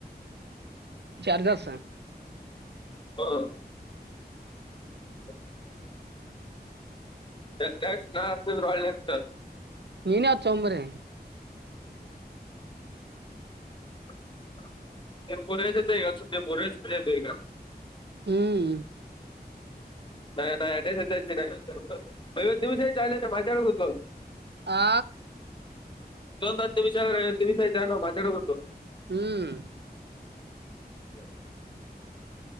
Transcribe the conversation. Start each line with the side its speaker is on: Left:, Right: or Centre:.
Right: ಚಾರ್ಜಸ್
Left: ಹಾ <inaudible> <unintelligible> ಒಳ್ಳಿತ್ತ
Right: ನೀನೇ ಅದ್ ತೊಂಬರ್ರೀ
Left: <unintelligible>
Right: ಹ್ಮ್
Left: <unintelligible>
Right: ಆ
Left: <unintelligible>
Right: ಹ್ಮ್
Left: <inaudible>